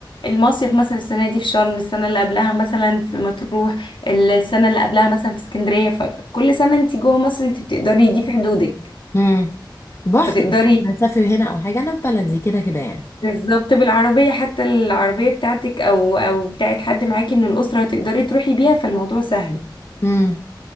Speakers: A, on the left; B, on the left.
A: المصيف مثلا السنه دي في شرم السنه اللي قبلها مثلا في مطروح السنه اللي قبلها مثلا في اسكندريه فكل سنه انت جوه مصر انت بتقدري دي في حدودك
B: امم بحت
A: فتقدري
B: هتسافري هنا او حاجه انا في بلدي كده كده يعني
A: بالظبط بالعربية حتى العربية بتاعتك او او بتاعت حد معاكي من الأسرة هتقدري تروحي بيها فالموضوع سهل
B: امم